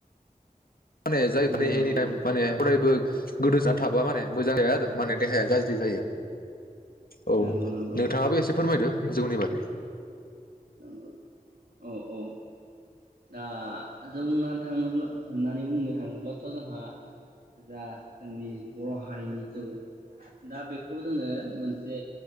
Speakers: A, on the left (about 75°); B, on the right (about 75°).
A: <unintelligible> गोदोसोनानै
B: नंगौ नंगौ
A: थाबा माने मोजां जाया आरो माने देहाया गाज्रि जायो। औ
B: नंगौ नंगौ
A: नोंथांङाबो एसे फोरमायदो जौनि बागै
B: नोंगौ औ औ दा जोना थांङोब्ला होननानै बुंनो थाङोब्लाथ जोंहा जा जोंनि बर हारिनि जौ दा बेखौ जोंङो मोनसे